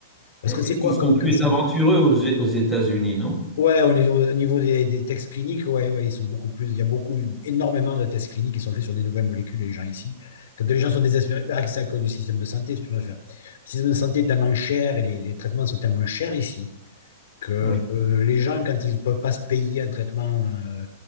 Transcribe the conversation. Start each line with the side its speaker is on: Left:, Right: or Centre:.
Left: Parce
Centre: Et- et
Left: que c'est quoi
Centre: ils sont
Left: comme
Centre: plus
Left: cancer?
Centre: aventureux aux, aux États-Unis, non?
Left: Ouais, au niveau, au niveau des, des tests cliniques, ouais, ouais, ils sont beaucoup plus. Il y a beaucoup, énormément de tests cliniques qui sont faits sur des nouvelles molécules, les gens ici. Quand les gens sont désespérés, bah, c'est à cause du système de santé, si tu préfères. Le système de santé est tellement cher et les, les traitements sont tellement chers ici que
Centre: Oui.
Left: euh, les gens, quand ils ne peuvent pas se payer un traitement, euh,